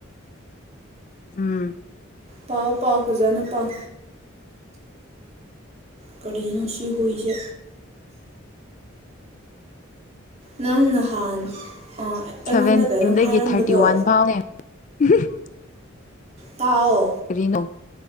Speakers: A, on the left; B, on the right.
A: ꯎꯝ
B: ꯄꯥꯎ ꯄꯥꯎ ꯐꯖꯅ ꯄꯥꯎ꯫ ꯀꯔꯤꯒꯤꯅꯣ ꯁꯤ ꯍꯨꯏꯁꯦ꯫ ꯅꯪ ꯅꯍꯥꯟ ꯑꯩꯉꯣꯟꯗ
A: ꯁꯚꯦꯟꯇꯤꯟꯗꯒꯤ
B: ꯀꯩꯅꯣꯝ ꯍꯥꯏꯔꯝꯕꯗꯣ
A: ꯊꯥꯔꯇꯤ ꯋꯥꯟ <unintelligible>
B: ꯇꯑꯣ
A: ꯀꯔꯤꯅꯣ꯫